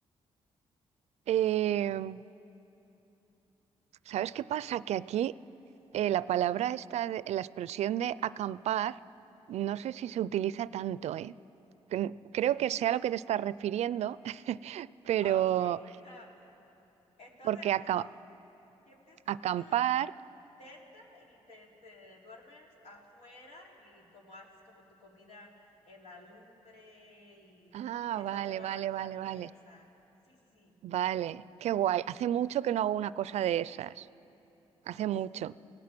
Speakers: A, on the right; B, on the left.
A: Eh, ¿sabes qué pasa? Que aquí eh, la palabra esta, de- la expresión de acampar, no sé si se utiliza tanto, ¿eh? Cre- Creo que sea a lo que te estás refiriendo, <laughs> pero
B: Oh, sí. <laughs> Entonces
A: porque
B: es
A: aca-
B: cuando Tienes como
A: acampar...
B: una, una tenta y te, te duermes afuera y como haces como tu comida en la lumbre y,
A: Ah,
B: y estás
A: vale,
B: en la
A: vale,
B: naturaleza.
A: vale, vale.
B: Sí, sí, sí.
A: Vale, qué guay. Hace mucho que no hago una cosa de esas. Hace
B: Oh,
A: mucho.
B: sí.